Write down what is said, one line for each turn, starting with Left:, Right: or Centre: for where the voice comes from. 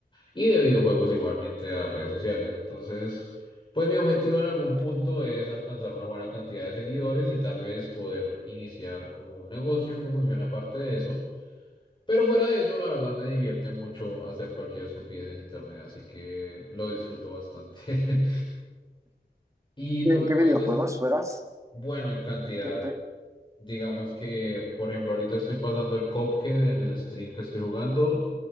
Left: Y de videojuegos igualmente a redes sociales. Entonces, pues mi objetivo en algún punto es alcanzar una buena cantidad de seguidores y tal vez poder iniciar como un negocio que funcione aparte de eso. Pero fuera de eso, la verdad me divierte mucho hacer cualquier estupidez en internet, así que lo disfruto bastante. <laughs> Y
Right: ¿Qué,
Left: tú me
Right: qué
Left: comentas,
Right: videojuegos juegas?
Left: bueno, en cantidad.
Right: Pe- pe-
Left: Digamos que, por ejemplo, ahorita estoy pasando el Cuphead en el stream que estoy jugando.